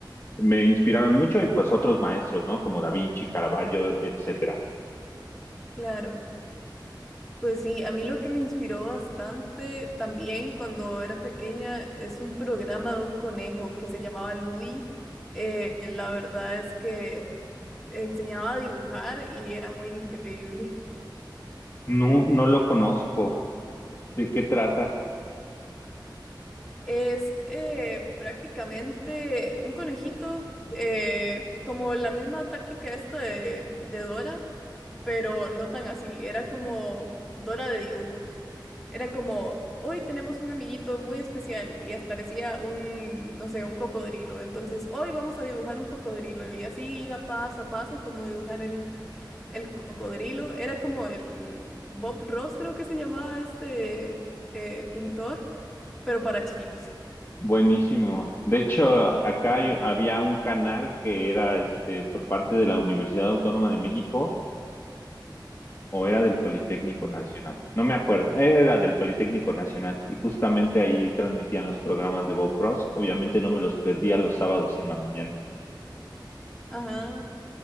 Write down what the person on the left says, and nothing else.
me inspiraron mucho y pues otros maestros, ¿no? Como Da Vinci, Caravaggio, etcétera.
No, no lo conozco. ¿De qué trata?
Buenísimo. De hecho, acá yo- había un canal que era este por parte de la Universidad Autónoma de México o era del Politécnico Nacional. No me acuerdo. Era del Politécnico Nacional y justamente ahí transmitían los programas de Bob Ross. Obviamente no me los perdía los sábados en la mañana.